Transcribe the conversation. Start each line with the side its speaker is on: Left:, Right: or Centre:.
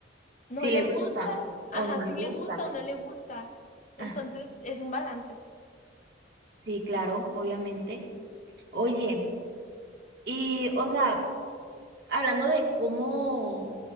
Left: no
Right: Si
Left: le
Right: le gusta
Left: gusta,
Right: o
Left: ajá,
Right: no le
Left: sí
Right: gusta.
Left: le gusta o no le gusta, entonces
Right: Ah,
Left: es un balance.
Right: sí, claro, obviamente. Oye, y o sea, hablando de cómo,